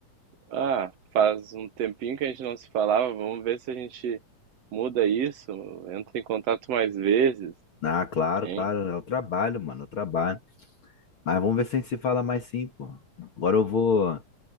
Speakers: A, on the right; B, on the left.
A: Ah, faz um tempinho que a gente não se falava. Vamos ver se a gente muda isso. Entra em contato mais vezes,
B: Ah, claro,
A: hein?
B: claro, é o trabalho, mano, é o trabalho. Mas vamos ver se a gente se fala mais sim, pô. Agora eu vou